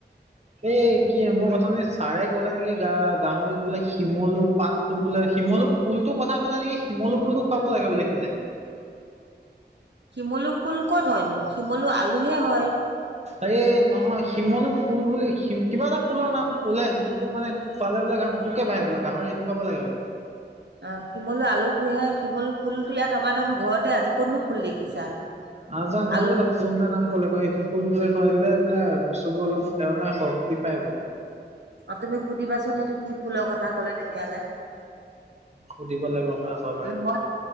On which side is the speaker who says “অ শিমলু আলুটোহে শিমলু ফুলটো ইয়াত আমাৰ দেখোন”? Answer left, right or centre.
Right